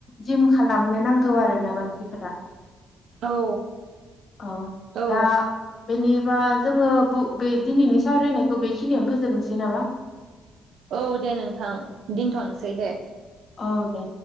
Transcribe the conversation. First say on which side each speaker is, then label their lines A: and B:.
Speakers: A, on the left; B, on the right.
A: जिम खालामनो नांगौ आरो ना मानसिफोरा।
B: औ
A: <inaudible> औ
B: औ
A: दा बेनि बा जोङो बु- बे दिनैनि सावरायनायखौ बेखिनियावनो फोजोबनोसै नामा?
B: औ दे नोंथां दिनथ'नोसै दे।
A: औ दे